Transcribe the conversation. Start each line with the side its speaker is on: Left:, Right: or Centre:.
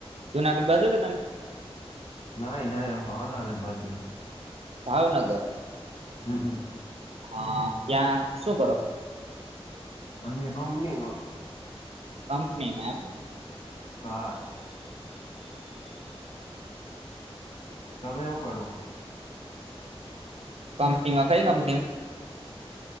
Right: જુનાગઢ બાજુ કે તમે
Left: નઈ નહી અમ ભાવનાગર બાજુ
Right: ભાવનગર
Left: હમ હમ
Right: હા ત્યાં સુ કરો
Left: હ અને કંપની હ
Right: કંપની <inaudible>
Left: હા, તમે, હું કરો?
Right: કંપનીમાં કઈ કંપની મ